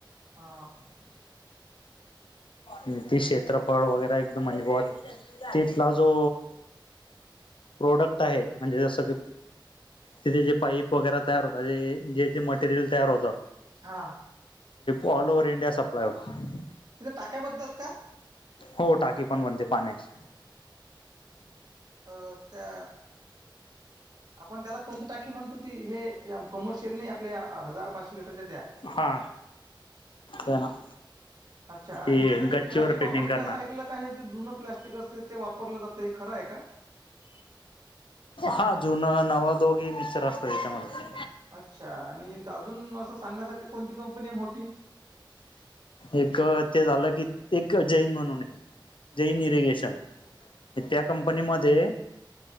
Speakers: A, on the right (about 50°); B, on the left (about 85°).
A: हा,
B: आणि ते क्षेत्रफळ वगैरे एकदम म्हणजे तिथला जो प्रोडक्ट आहे म्हणजे जसं की, तिथे जे पाईप वगैरे तयार होता. जे जेथे मटेरियल तयार होत.
A: हा,
B: ऑल ओवर इंडिया सप्लाय होते.
A: तिथे टाक्या बनतात का?
B: हो टाकी पण बनते पाण्याची.
A: अ त्या आपण त्याला कोणती टाकी म्हणतो ती हे कमर्शियल नाही आपल्या हजार लिटरच्या त्या
B: हा ये ना
A: अच्छा
B: ते
A: आणि तिथं जे
B: गच्चीवर
A: प्लस्टिक वापर
B: पेंटिंग करणारे
A: मी अस ऐकलं का आहे जे जुनं प्लस्टिक असते ते वापरलं जात हे खरं आहे का
B: हा जुनं नव दोघे मिक्चर असतो याच्यामध्ये
A: अच्छा आणि अजून असं सांगण्यासारखी कोणती कंपनी आहे मोठी
B: एक ते झालं की एक जैन म्हणून आहे जैन इरिगेशन त्या कंपनी मध्ये